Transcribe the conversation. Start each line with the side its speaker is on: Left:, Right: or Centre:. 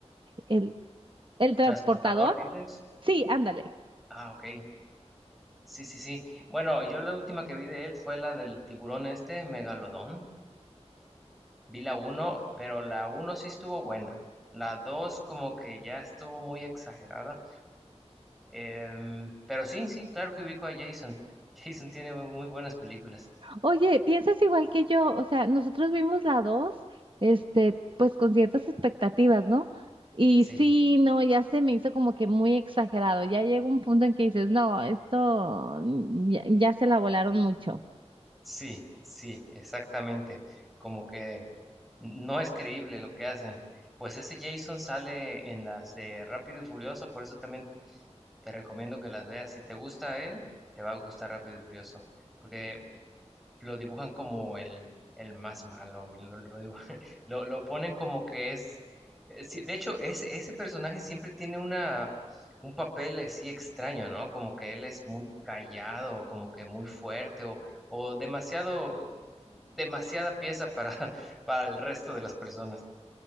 Right: El, el transportador.
Centre: Transportador, dices.
Right: Sí, ándale.
Centre: Ah, ok. Sí, sí, sí. Bueno, yo la última que vi de él fue la del tiburón este, Megalodón. Vi la uno pero la uno sí estuvo buena. La 2 como que ya estuvo muy exagerada. Em, pero sí, sí, claro que ubico a Jason. <laughs> Jason tiene bu- muy buenas películas.
Right: Oye, piensas igual que yo, o sea, nosotros vimos la 2, este, pues con ciertas expectativas, ¿no? Y
Centre: Sí,
Right: sí, no, ya se me hizo como que muy exagerado, ya llega un punto en que dices, no, esto mm, ya, ya se la volaron mucho.
Centre: sí, sí, exactamente. Como que no es creíble lo que hacen. Pues ese Jason sale en las de Rápido y Furioso, por eso también te recomiendo que las veas. Si te gusta él, te va a gustar Rápido y Furioso. Porque lo dibujan como el, el más malo y lo, lo, dibujan- <laughs> lo, lo ponen como que es, eh, sí, de hecho, ese, ese personaje siempre tiene una, un papel así extraño, ¿no? Como que él es muy callado, como que muy fuerte o, o demasiado, demasiada pieza para, <laughs> para el resto de las personas.